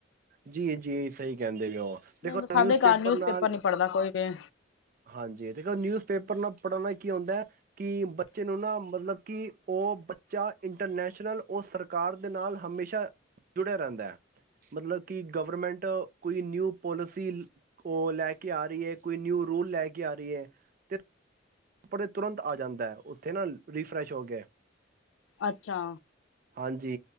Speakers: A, on the right; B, on the left.
A: ਜੀ, ਜੀ ਸਹੀ ਕਹਿੰਦੇ
B: ਨਹੀਂ
A: ਦੇਖੋ
B: ਸਾਡੇ
A: ਨਿਊਜ਼ ਪੇਪਰ
B: ਘਰ
A: ਨਾਲ
B: ਨੀ ਪੜ੍ਹਦਾ ਕੋਈ ਵੀ
A: ਹਾਂਜੀ ਦੇਖੋ ਨਿਊਜ਼ ਪੇਪਰ ਨਾਲ ਪੜ੍ਹਣਾ ਕੀ ਹੁੰਂਦਾ ਕਿ ਬੱਚੇ ਨੂੰ ਨਾ ਮਤਲਬ ਕਿ ਉਹ ਬੱਚਾ ਇੰਟਰਨੈਸ਼ਨਲ ਉਹ ਸਰਕਾਰ ਦੇ ਨਾਲ ਹਮੇਸ਼ਾ ਜੁੜਿਆ ਰਹਿੰਦਾ ਹੈ, ਮਤਲਬ ਕਿ ਗਵਰਮੈਂਟ ਕੋਈ ਨਿਊ ਪੋਲਿਸੀ ਲੈ ਕੇ ਆ ਰਹੀ ਹੈ, ਕੋਈ ਨਿਊ ਰੂਲ ਲੈ ਕੇ ਆ ਰਹੀ ਹੈ ਤੇ ਉਪਰ ਤੁਰੰਤ ਆ ਜਾਂਦਾ ਹੈ, ਉੱਥੇ ਨਾ ਰਿਫਰੈਸ਼ ਹੋ ਕੇ
B: ਅੱਛਾ,
A: ਹਾਂਜੀ